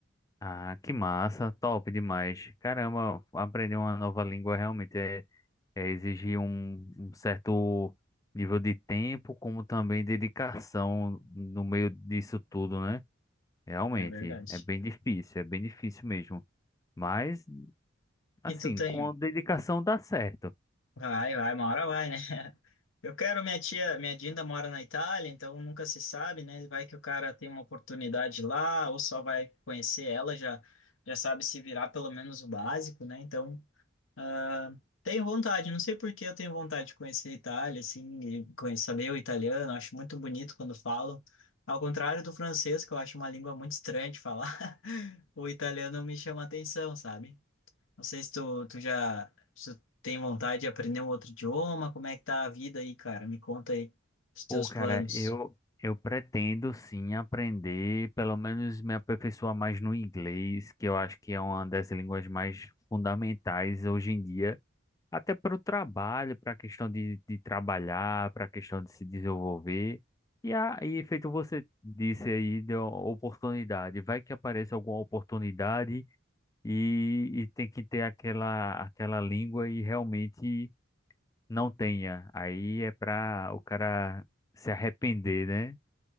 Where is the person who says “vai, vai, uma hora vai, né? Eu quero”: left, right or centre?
Left